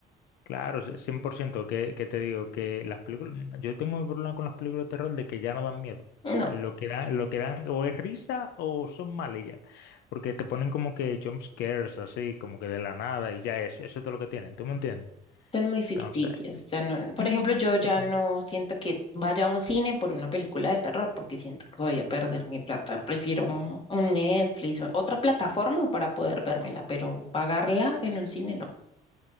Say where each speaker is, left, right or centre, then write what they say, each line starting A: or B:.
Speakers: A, on the left; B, on the left.
A: claro, sí, cien por ciento. que, que te digo, que las películas, yo tengo mi problema con las películas de terror de que ya no dan miedo.
B: No,
A: Lo que dan, lo que dan o es risa o son malas ya, porque te ponen como que jump scares así, como que de la nada y ya eso, eso es todo lo que tienen, ¿tú me entiendes?
B: son muy ficticias.
A: Entonces,
B: o sea, no- por
A: ujú,
B: ejemplo, yo ya
A: ujú.
B: no siento que vaya a un cine por una película de terror porque siento que voy a perder mi plata. Prefiero un, un Netflix o otra plataforma para poder vérmela, pero pagarla en un cine no.